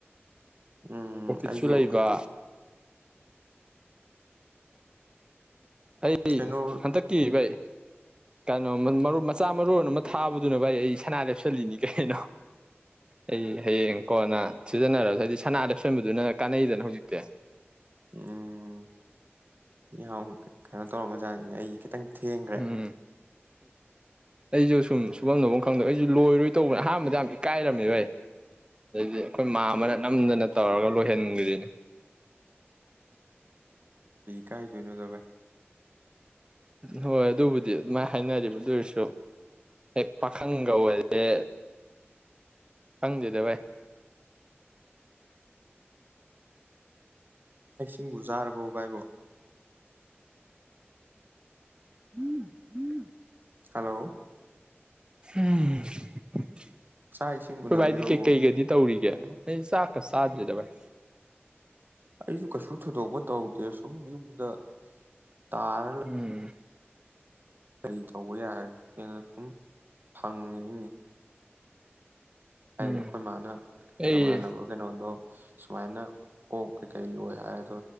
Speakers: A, on the right; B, on the right.
A: ꯎꯝ
B: ꯄ꯭ꯔꯣꯐꯤꯠꯁꯨ
A: ꯑꯩꯁꯨ
B: ꯂꯩꯕ
A: ꯍꯥꯏꯗꯤ
B: ꯑꯩ
A: ꯀꯩꯅꯣ
B: ꯍꯟꯗꯛꯀꯤ ꯩ ꯀꯩꯅꯣ ꯃꯔ ꯃꯆꯥ ꯃꯔꯣꯟ ꯑꯃ ꯊꯥꯕꯗꯨꯅ ꯚꯥꯏ ꯑꯩ ꯁꯅꯥ ꯂꯦꯞꯁꯤꯜꯂꯤꯅꯤ ꯀꯩꯅꯣ ꯑꯩ ꯍꯌꯦꯡ ꯀꯣꯟꯅ ꯁꯤꯖꯤꯟꯅꯔꯁꯨ ꯍꯥꯏꯗꯤ ꯁꯅꯥ ꯂꯦꯞꯁꯟꯕꯗꯨꯅ ꯀꯥꯟꯅꯩꯗꯅ ꯍꯧꯖꯤꯛꯇꯤ
A: ꯎꯝ ꯌꯥ ꯀꯩꯅꯣ ꯇꯧꯔꯝꯕ ꯆꯥꯅꯤꯅꯦ ꯑꯩ ꯈꯤꯇꯪ ꯊꯦꯡꯈ꯭ꯔꯦ
B: ꯎꯝ ꯑꯩꯁꯨ ꯁꯨꯝ ꯁꯨꯐꯝꯝꯗꯐꯝ ꯈꯪꯗꯦ ꯑꯩꯁꯨ ꯂꯣꯏꯔꯣꯏ ꯇꯧꯕꯅꯦ ꯑꯍꯥꯟꯕꯗ ꯌꯥꯝ ꯏꯀꯥꯏꯔꯝꯃꯦꯕꯩ ꯑꯗꯩꯗꯤ ꯑꯩꯈꯣꯏ ꯃꯥ ꯑꯃꯅ ꯅꯝꯗꯅ ꯇꯧꯔꯒ ꯂꯣꯏꯍꯟꯈꯤꯔꯤꯅꯦ
A: ꯀꯥꯏ ꯊꯅꯗꯕꯥꯥꯏ
B: ꯍꯣꯏ ꯑꯗꯨꯕꯨꯗꯤ ꯑꯗꯨꯃꯥꯏꯅ ꯍꯥꯏꯅꯔꯤꯕꯗꯨꯔꯁꯨ ꯍꯦꯛ ꯄꯥꯈꯪ ꯀꯧ ꯑꯣꯏꯦ ꯈꯪꯗꯦꯗ ꯚꯥꯏ
A: ꯑꯩꯁꯤꯡꯕꯨꯖꯥꯔꯕꯣ ꯕꯥꯥꯏꯕꯣ
B: ꯎꯝ ꯍꯝ
A: ꯍꯜꯂꯣ
B: ꯎꯝ ꯑꯩꯈꯣꯏ
A: ꯆꯥꯛ ꯏꯁꯤꯡ ꯎꯅꯕꯤꯔꯕꯣ
B: ꯚꯥꯏꯗꯤ ꯀꯩꯀꯩꯒꯩꯗꯤ ꯇꯧꯔꯤꯒꯦ ꯑꯩ ꯆꯀꯁ ꯁꯥꯖꯕꯤꯗꯕꯥꯥꯏ
A: ꯑꯩꯁꯨ ꯀꯩꯁꯨ ꯊꯣꯏꯗꯣꯛꯄ ꯇꯧꯗꯦ ꯁꯨꯝ ꯗ ꯇꯥꯔꯜ
B: ꯎꯝ
A: ꯀꯔꯤ ꯇꯧꯕ ꯌꯥꯔꯒꯦꯅ ꯁꯨꯝ ꯍꯪꯅꯤꯡꯏ ꯍꯥꯏ
B: ꯎꯝ
A: ꯑꯩꯈꯣꯏ ꯃꯥꯅ
B: ꯑꯩ
A: ꯅꯃꯥꯟꯅꯕ ꯀꯩꯅꯣꯗꯣ ꯁꯨꯃꯥꯏꯅ ꯑꯣ ꯀꯩꯀꯩ ꯂꯣꯏ ꯍꯥꯏꯔ ꯑꯗꯣ